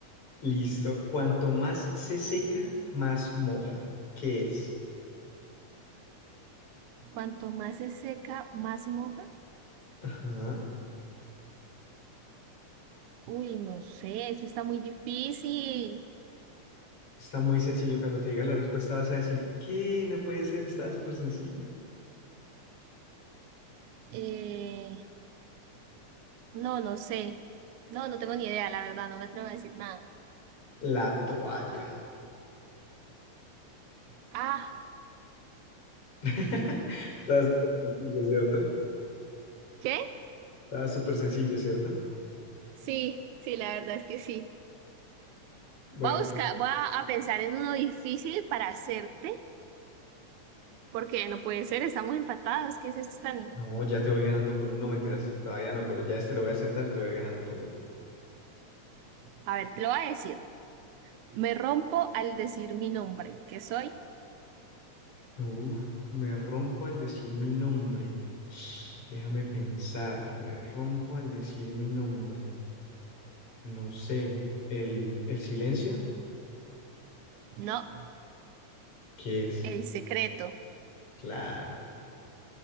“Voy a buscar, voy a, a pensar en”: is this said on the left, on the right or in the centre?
Right